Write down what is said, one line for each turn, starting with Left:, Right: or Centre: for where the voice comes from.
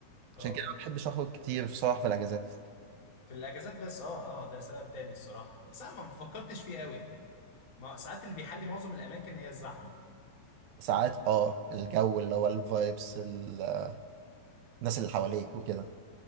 Left: اه
Right: عشان كده ما بحبش اخرج كتير بصراحه في الاجازات
Left: في الاجازات بس اه اه ده سبب تاني الصراحة بس انا ما فكرتش فيه قوي ما ساعات اللي بيحلي معظم الاماكن هي الزحمه
Right: ساعات اه الجو اللي هو الفايبس الناس اللي حواليك وكده